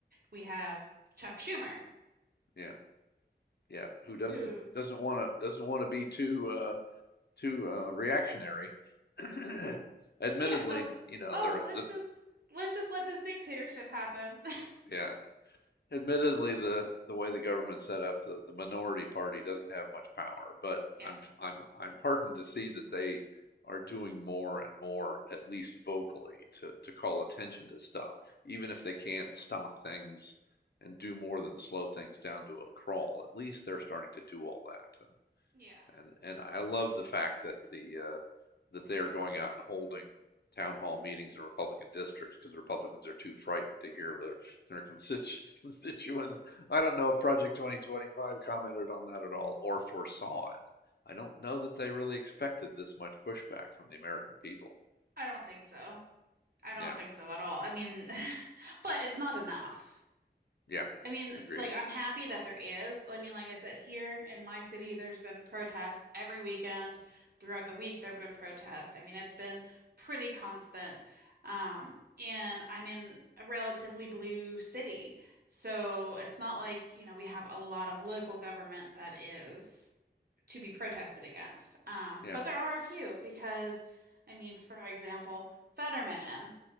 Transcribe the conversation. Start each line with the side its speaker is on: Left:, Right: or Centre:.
Right: we have Chuck Schumer,
Left: yeah. yeah, who doesn't
Right: who,
Left: doesn't want to doesn't want to be too uh, too uh, reactionary. <clears throat> Admittedly,
Right: yeah, so
Left: you know,
Right: oh,
Left: there
Right: let's
Left: the
Right: just let's just let this dictatorship happen. <laughs>
Left: yeah, admittedly the the way the government's set up, the the minority party doesn't have much power, but
Right: Yeah,
Left: I'm I'm I'm heartened to see that they are doing more and more, at least vocally, to to call attention to stuff, even if they can't stop things and do more than slow things down to a crawl. At least they're starting to do all that, and
Right: yeah.
Left: And and I love the fact that the uh, that they are going out and holding town hall meetings in Republican districts because Republicans are too frightened to hear their their <laughs> constituents. I don't know if Project 2025 commented on that at all or foresaw it. I don't know that they really expected this much pushback from the American people.
Right: I don't think so. I don't
Left: Yeah,
Right: think so at all. I mean, <laughs> but it's not enough.
Left: yeah,
Right: I mean,
Left: agreed.
Right: like, I'm happy that there is. I mean, like I said, here in my city, there's been protests every weekend. Throughout the week, there have been protests. I mean, it's been pretty constant. Um, and I'm in a relatively blue city. So it's not like, you know, we have a lot of local government that is to be protested against. Um,
Left: Yeah,
Right: but there are a few because, I mean, for example, Fetterman